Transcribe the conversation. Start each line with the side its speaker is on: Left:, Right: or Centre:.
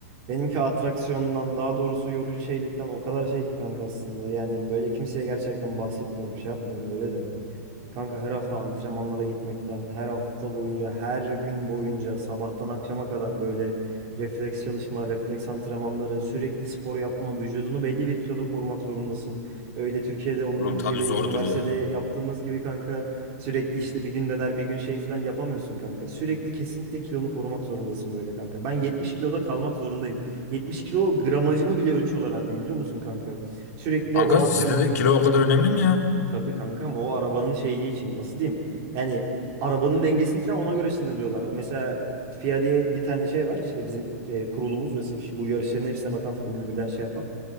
Right: Benimki atraksiyondan daha doğrusu yorucu şeylikten o kadar şey ki kanka aslında. Yani böyle kimseye gerçekten bahsetmiyorum, şey yapmıyorum böyle de. Kanka her hafta antrenmanlara gitmekten, her hafta boyunca, her gün boyunca, sabahtan akşama kadar böyle refleks çalışma, refleks antrenmanları, sürekli spor yapma, vücudunu belli bir kiloda korumak zorundasın. Öyle Türkiye'de olduğumuz
Left: Oğlum tabii
Right: gibi,
Left: zordur
Right: üniversitede
Left: ya.
Right: yaptığımız gibi kanka sürekli işte bir gün döner bir gün şey falan yapamıyorsun kanka. Sürekli kesinlikle kilonu korumak zorundasın böyle kanka. Ben 70 kiloda kalmak zorundayım. 70 kilo gramajımı bile ölçüyorlar her gün biliyor musun kanka? Sürekli
Left: Kanka
Right: o antrenmana
Left: sizde de
Right: gidiyorum.
Left: kilo o kadar önemli mi ya?
Right: Tabii kankam o arabanın şeyi için nasıl diyeyim? Yani arabanın dengesini falan ona göre sınırlıyorlar. O mesela FIA diye bir tane şey var. İşte bizim e, kurulumuz mesela işte bu yarışların hepsine bakan Formula 1'den şey yapan.